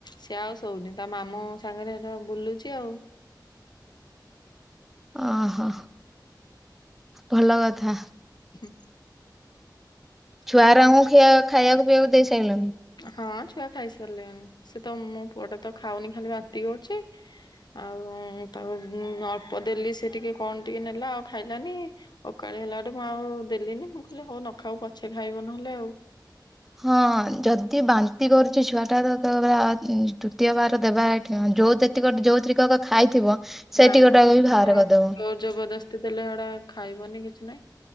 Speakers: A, on the left (about 70°); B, in the centre.
A: ସିଏ ଆଉ ଶୋଉନି ତା ମାମୁ ସାଙ୍ଗରେ ସେଟା ବୁଲୁଛି ଆଉ।
B: ଅହୋ ଭଲ କଥା।
A: ହୁଁ।
B: ଛଆ ରାଙ୍କୁ ଖିଆ ଖାଇଆକୁ ପିଇବାକୁ ଦେଇସାଇଲଣି।
A: ହଁ ଛୁଆ ଖାଇସାଇଲେଣି ସେ ତ ମୋ ପୁଅଟା ତ ଖାଉନି ଖାଲି ବାନ୍ତି କରୁଛି। ଆଉ ତାକୁ ଅଳ୍ପ ଦେଲି ସେ ଟିକେ କଣ ଟିକେ ନେଲା ଆଉ ଖାଇଲାନି। ଅକାଳି ହେଲାଠୁ ମୁଁ ଆଉ ଦେଲିିନି ମୁଁ କହିଲି ହଉ ନ ଖାଉ ପଛେ ଖାଇବ ନହେଲେ ଆଉ।
B: ହଁ ଯଦି ବାନ୍ତି କରୁଛି ଛୁଆ ଟା ତ ଆ ଉଁ ତୃତୀୟ ବାର ଦେବା ଏଠି ଯୋଉ ତେ ଗଟେ ଯୋଉଥିକ କ ଖାଇଥିବ ସେ
A: ନାଇଁ
B: ଟିକ
A: ମା
B: ଟା ବି ବାହାର
A: ହଁ
B: କରିଦବ।
A: ଜୋର ଜବରଦସ୍ତି ଦେଲେ ଏଡା ଖାଇବନି କିଛି ନାହିଁ।